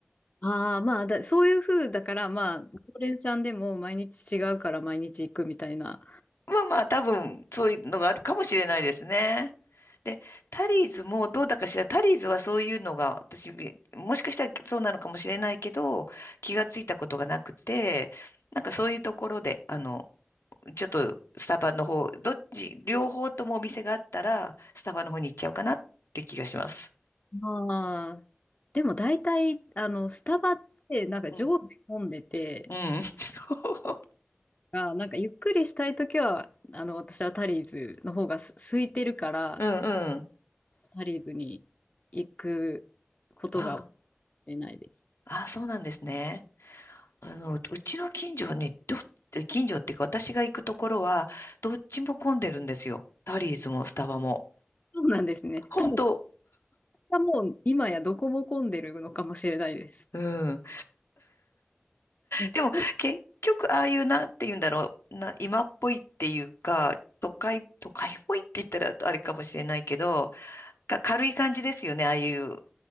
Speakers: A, on the left; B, on the left.
A: ああ、まあだ、そういう風だから、まあ、常連さんでも毎日違うから毎日行くみたいな
B: まあまあ、多分、そういうのがあるかもしれないですね。で、タリーズもどうだかしら、タリーズはそういうのが、私、もしかしたらそうなのかもしれないけど、気がついたことがなくて、なんかそういうところで、あの、ちょっとスタバの方、どっち、両方ともお店があったら、スタバの方に行っちゃうかなって気がします。
A: ああ。でも大体、あの、スタバって、なんか常時混んでて、
B: うん。うん。<laughs> そう。
A: あ、なんかゆっくりしたいときは、あの、私はタリーズの方がす空いてるから、
B: うんうん。
A: タリーズに行くことが多いないです。
B: ああ、そうなんですね。あの、うちの近所はね、どっ、近所っていうか私が行くところは、どっちも混んでるんですよ。タリーズもスタバも。
A: そうなんですね。
B: 本当。
A: 多分、もう今やどこも混んでるのかもしれないです。
B: うん。
A: うん
B: でも、結局、ああいうなんて言うんだろう。な、今っぽいっていうか、都会、都会っぽいって言ったらあれかもしれないけど、か、軽い感じですよね。ああいう、